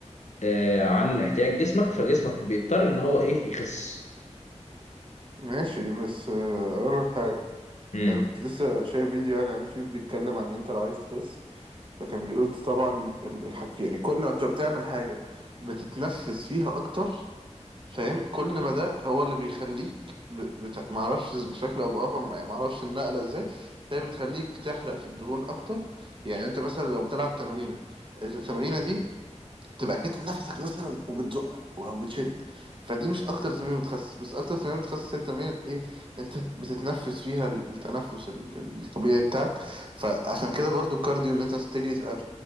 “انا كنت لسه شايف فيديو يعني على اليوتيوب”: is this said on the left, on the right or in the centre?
Right